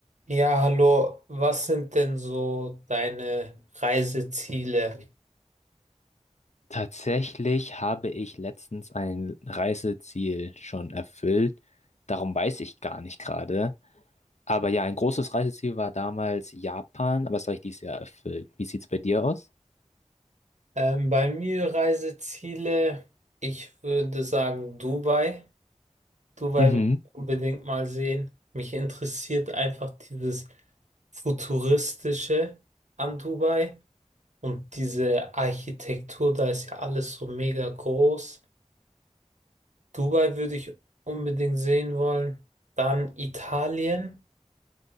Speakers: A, on the right; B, on the left.
A: Ja, hallo. Was sind denn so deine Reiseziele?
B: Tatsächlich habe ich letztens ein Reiseziel schon erfüllt. Darum weiß ich gar nicht gerade. Aber ja, ein großes Reiseziel war damals Japan, aber das habe ich dieses Jahr erfüllt. Wie sieht's bei dir aus?
A: Ähm, bei mir Reiseziele, ich würde sagen Dubai. Dubai
B: Mhm.
A: will ich unbedingt mal sehen. Mich interessiert einfach dieses Futuristische an Dubai und diese Architektur, da ist ja alles so mega groß. Dubai würde ich unbedingt sehen wollen. Dann Italien.